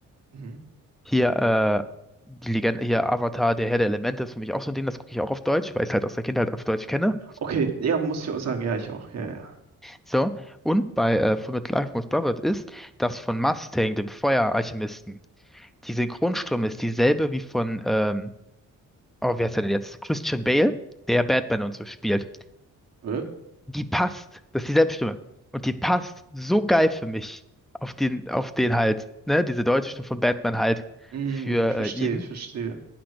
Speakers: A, on the right; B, in the centre.
A: Mhm.
B: Hier, äh, die Legende, hier Avatar, der Herr der Elemente ist für mich auch so ein Ding, das gucke ich auch auf Deutsch, weil ich es halt aus der Kindheit auf Deutsch kenne.
A: Okay, ja, muss ich auch sagen, ja, ich auch. Ja,
B: So, und bei äh, Full Metal Alchemist Brotherhood ist das von Mustang, dem Feueralchemisten. die Synchronstimme ist dieselbe wie von, ähm, oh, wer ist der denn jetzt? Christian Bale, der Batman und so spielt.
A: ja. Äh?
B: Die passt, das ist dieselbe Stimme. Und die passt so geil für mich auf den, auf den halt, ne, diese deutsche Stimme von Batman halt
A: Hm,
B: für
A: ich verstehe,
B: äh, ihn,
A: ich verstehe.